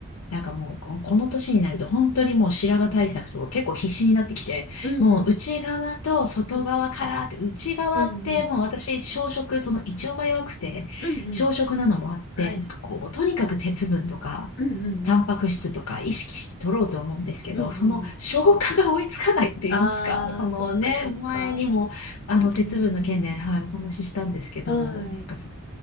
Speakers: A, on the left (about 70°); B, on the left (about 55°).
A: なんかもう、ここの年になると本当にもう白髪対策とか結構必死になってきて、
B: うん。うんうん
A: もう内側と外側からって、
B: うん。
A: 内側ってもう私、
B: うんうんうん。
A: 小食、その胃腸が弱くて、
B: うんうん。
A: 小食なのもあって、
B: はい。
A: なんかこう、もうとにかく鉄分とか、
B: うんうんうん。
A: タンパク質とか意識して取ろうと思うんですけど、
B: うんうんうん。
A: その消化が追いつかないって言いますか、
B: あー、
A: そのね、
B: そっかそっか。
A: 前にも、あの、
B: うん
A: 鉄分の件で、はい、お話ししたんですけど、
B: はい。
A: なんかそ